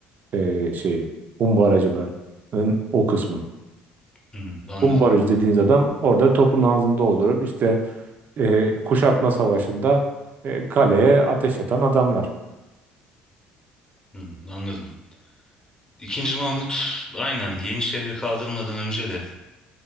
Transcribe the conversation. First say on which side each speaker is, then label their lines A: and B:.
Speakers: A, on the right (about 50°); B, on the left (about 20°).
A: e, şeyi Humbaracıların o kısmı.
B: Hmm, anladım.
A: Umbaraj dediğiniz adam orada topun ağzını doldurup işte e, kuşatma savaşında e, kaleye ateş atan adamlar.
B: Hmm, anladım. İkinci Mahmut aynen Yeniçerileri kaldırmadan önce de